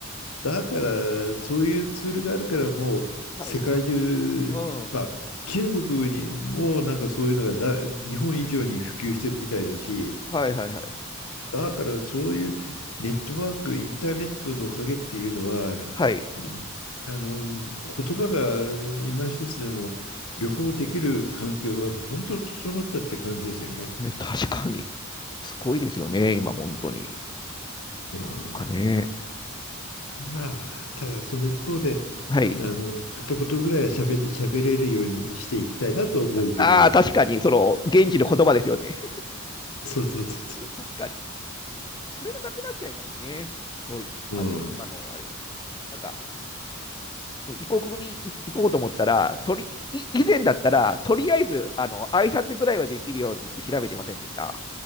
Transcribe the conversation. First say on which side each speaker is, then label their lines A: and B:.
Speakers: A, on the left (about 85°); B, on the left (about 20°).
A: だから、そういうツールがあるから、もう世界中、
B: はい。うん。
A: まあ、中国にもなんかそういうのがだ、日本以上に普及してるみたいだし、
B: はいはいはい。
A: だからそういうネットワーク、インターネットのおかげっていうのは、
B: はい。
A: いあの、言葉が今一つでも旅行できる環境が本当整ったって感じですよね。
B: ね、確かに。すごいですよね、今、本当に。
A: うん。
B: なんとかね。
A: まあ、ただその一方で、
B: はい。
A: あの、片言ぐらいは喋れ、喋れるようにしていきたいなと思うけど、
B: ああ、確かに、その、現地の言葉ですよね。
A: そうそうそうそ
B: <laughs> 確かに。うんそれがなくなっちゃいますね。そういあの、
A: う。うん。
B: 今のあれだったら。なんか、で異国にい行こうと思ったら、とりい以前だったら、とりあえずあの挨拶ぐらいはできるようにって調べてませんでした。